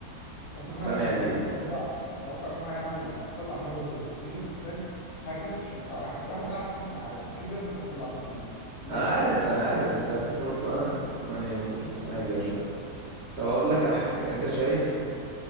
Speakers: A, on the left; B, on the right.
A: بس
B: مقتنع
A: انا يعني اتوقع
B: بيها يعني.
A: ان هو اتوقع ان هو هيعمل هيطلع نار من بقه زيزو محتاج حاجه تشجعه يعني واحد واحد بيلعب في كاس العالم اكيد لازم هيطلع نار من بقه لازم
B: انا عارف انا عارف بس على الفكرة برضو انا ما يعني ما كنتش مقتنع بيها شوية طب اقول
A: يمكن
B: لك على حاجة
A: مع
B: انت شايف
A: عليها